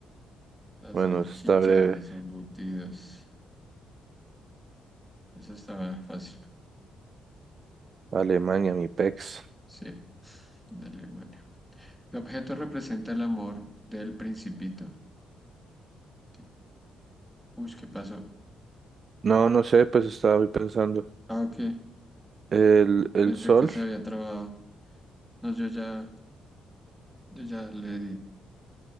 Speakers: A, in the centre; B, on the right (about 45°).
A: Las
B: Bueno,
A: salchichas,
B: eso está breve.
A: los embutidos. Eso estaba fácil.
B: Alemania, mi pex.
A: Sí, de Alemania. El objeto representa el amor del principito. ¿Qué- Uy, ¿qué pasó?
B: No, no sé, pues estaba ahí pensando.
A: Ah, ok.
B: El, el
A: Pensé
B: sol,
A: que se había trabado. No, yo ya, yo ya le di.